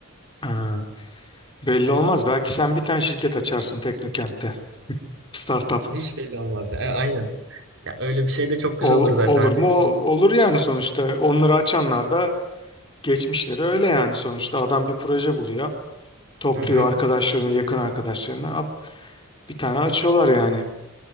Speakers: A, on the left; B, on the right.
A: Ha. Belli olmaz. Belki sen bir tane şirket açarsın Teknokent'te. Startup.
B: Hiç belli olmaz ya. E, aynen. Ya öyle bir şey de çok güzel
A: Ol-
B: olur zaten
A: olur
B: hani.
A: mu? Ol- Olur yani sonuçta. Onları açanlar da geçmişleri öyle yani sonuçta. Adam bir proje buluyor. Topluyor
B: Hı hı.
A: arkadaşlarını, yakın arkadaşlarını. Bir tane açıyorlar yani.